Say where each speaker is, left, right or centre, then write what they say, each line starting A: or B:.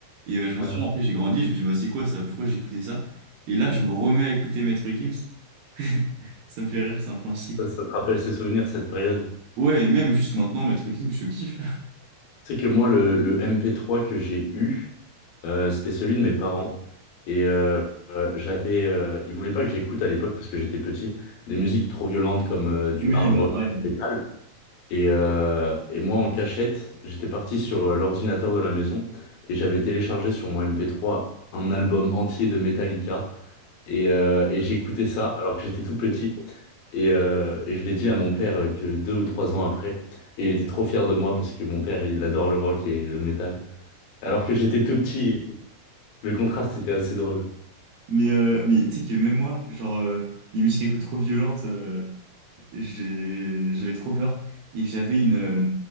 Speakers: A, on the right; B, on the left.
A: Et euh, je
B: <laughs>
A: m'en souviens, après j'ai grandi, je me dis, bah c'est quoi ça? Pourquoi j'écoutais ça? Et là, je me remets à écouter Maître Gims. <laughs> Ça me fait rire, c'est un peu un cycle.
B: Ça, ça te rappelle ces souvenirs, cette période.
A: Ouais, et même juste maintenant, Maître Gims, je kiffe.
B: Tu sais que moi, le, le MP3 que j'ai eu, euh, c'était celui de mes parents. Et euh, euh, j'avais, euh, ils voulaient pas que j'écoute à l'époque parce que j'étais petit, des musiques trop violentes comme euh,
A: <laughs>
B: du
A: Oui,
B: hard
A: bah
B: rock,
A: pareil.
B: du métal. Et, euh, et moi, en cachette, j'étais parti sur euh, l'ordinateur de la maison et j'avais téléchargé sur mon mp trois un album entier de Metallica. Et, euh, et j'écoutais ça alors que j'étais tout petit. Et, euh, et je l'ai dit à mon père euh, que deux ou trois ans après. Et il était trop fier de moi parce que mon père, il adore le rock et le métal. Alors que j'étais tout petit, le contraste était assez drôle.
A: Mais, euh, mais tu sais que même moi, genre, euh, les musiques un peu trop violentes, euh, j'ai- j'avais trop peur. Et j'avais une. euh,